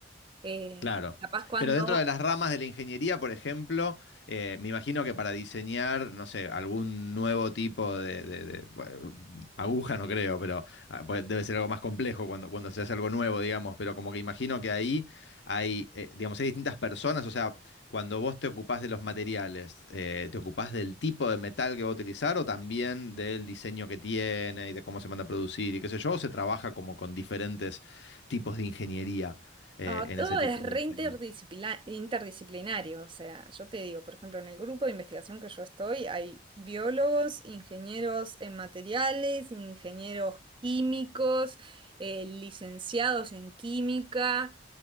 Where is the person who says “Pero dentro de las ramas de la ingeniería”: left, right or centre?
Left